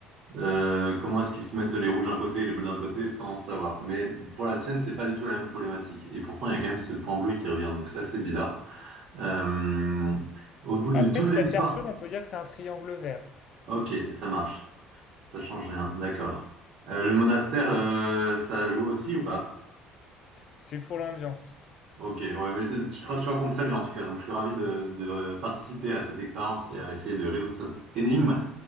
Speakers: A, on the right; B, on the left.
A: Euh, comment est-ce qu'ils se mettent les rouges d'un côté et les bleus d'un côté sans savoir. Mais pour la sienne, c'est pas du tout la même problématique. Et pourtant, il y a quand même ce point bleu qui revient. Donc, c'est assez bizarre. Euh, au bout du
B: Après
A: douzième
B: si ça te
A: soir.
B: perturbe, on peut dire que c'est un triangle vert.
A: Ok, ça marche. Ça change rien. D'accord. Euh, le monastère, euh, ça joue aussi ou pas?
B: C'est pour l'ambiance.
A: Ok, ouais, mais c'est- tu, te- tu racontes très bien en tout cas. Donc je suis ravi de, de participer à cette expérience et à essayer de résoudre cette énigme.